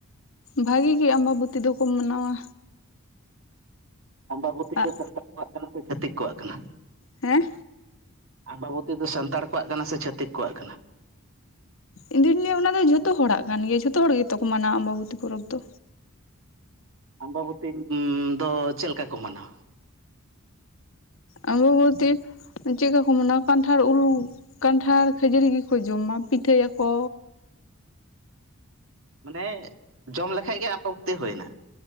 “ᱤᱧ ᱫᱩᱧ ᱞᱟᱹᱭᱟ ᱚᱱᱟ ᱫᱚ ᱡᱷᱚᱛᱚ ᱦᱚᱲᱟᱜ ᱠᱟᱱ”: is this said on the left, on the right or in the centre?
Left